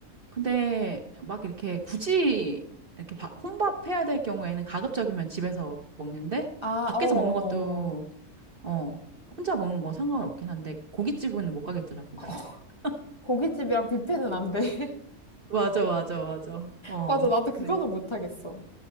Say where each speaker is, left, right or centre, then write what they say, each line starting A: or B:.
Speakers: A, on the right; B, on the left.
A: 근데 막 이렇게 굳이 이렇게 바- 혼밥해야 될 경우에는 가급적이면 집에서 먹는데,
B: 아,
A: 밖에서
B: 어어어.
A: 먹는 것도,
B: 어,
A: 어, 혼자 먹는 거 상관없긴 한데, 고깃집은 못 가겠더라고,
B: <laughs>
A: 근데. <laughs>
B: 고깃집이랑 뷔페는 안 돼. <laughs>
A: 맞아, 맞아, 맞아. 어,
B: 맞아. 나도
A: 그래서.
B: 그거는 못하겠어.